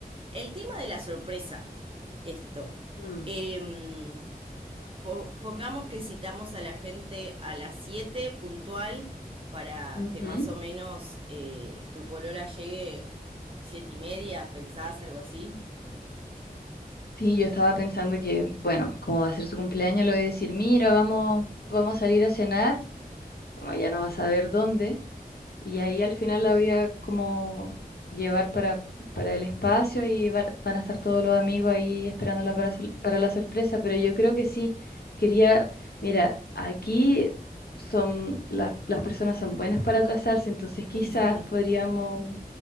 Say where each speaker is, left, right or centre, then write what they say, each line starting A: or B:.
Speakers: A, on the right; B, on the left.
A: el tema de la sorpresa, esto.
B: Mm,
A: Em, po- pongamos que citamos a la gente a las 7 puntual para
B: ujú.
A: que más o menos eh, tu polola llegue siete y media, ¿pensás algo así?
B: Sí, yo estaba pensando que, bueno, como va a ser su cumpleaños, le voy a decir, mira, vamos, vamos a salir a cenar, como ella no va a saber dónde, y ahí al final la voy a como llevar para, para el espacio y va- van a estar todos los amigos ahí esperándola para, sol- para la sorpresa, pero yo creo que sí, quería, mira, aquí son, las las personas son buenas para atrasarse, entonces quizás
A: <laughs>
B: podríamos